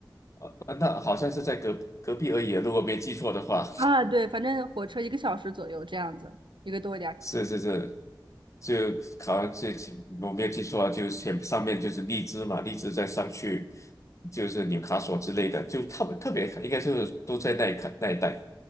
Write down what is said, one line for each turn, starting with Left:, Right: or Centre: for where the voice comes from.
Left: 啊那好像是在隔隔壁而已啊，如果没记错的话。
Right: 啊，对，反正火车一个小时左右这样子，一个多一点儿小时。
Left: 是是是，就考像是前我没有记错啊，就是前上面就是荔枝嘛，荔枝再上去就是纽卡索之类的，就特别特别应该是都在那一看那一带。